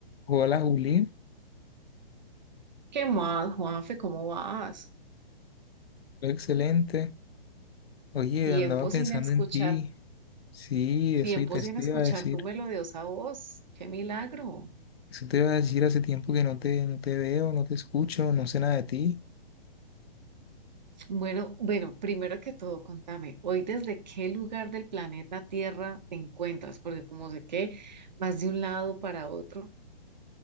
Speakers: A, on the left; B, on the right.
A: Hola Juli,
B: ¿Qué más, Juanfe? ¿Cómo vas?
A: todo excelente. Oye,
B: Tiempo
A: andaba pensando
B: sin escuchar,
A: en ti. Sí, eso
B: tiempo
A: y te,
B: sin
A: te
B: escuchar
A: iba a decir.
B: tu melodiosa voz. ¡Qué milagro!
A: Eso te iba a decir hace tiempo que no te, no te veo, no te escucho, no sé nada de ti.
B: Bueno, bueno, primero que todo, contame, hoy desde qué lugar del planeta Tierra te encuentras, porque como sé que vas de un lado para otro,